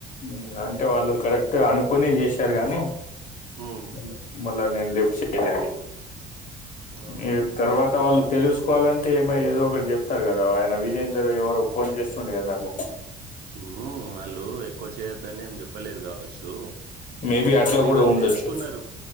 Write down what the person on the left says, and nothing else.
మ్ అంటే వాళ్ళు కరెక్ట్ గ అనుకొనే చేసారు గానీ
మళ మళ్ళ నేను లిఫ్ట్ చేయలే అది
ఈ తర్వాత వాళ్ళు తెలుసుకోవాలంటే ఏమో ఏదో ఒకటి చెప్తారు గదా ఆయన విజేందరు ఎవరొ ఫోన్ చేస్తుండే గద నాకు
మేబీ అట్లా
కూడా
ఉండొచ్చు